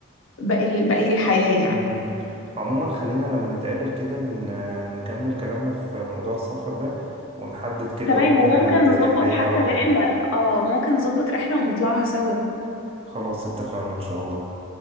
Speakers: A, on the left (about 75°); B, on the right (about 30°).
A: باقي ال- باقي الحياه يعني
B: امم عموما خلينا لما نتقابل كده ن... نكمل كلامنا في موضوع السفر ده ونحدد كده
A: تمام
B: وجهة
A: وممكن
B: سياحية
A: نظبط حتى
B: واحدة
A: رحلة
B: يعني
A: اه ممكن نظبط رحلة ونطلعها سوا
B: خلاص اتفقنا ان شاء الله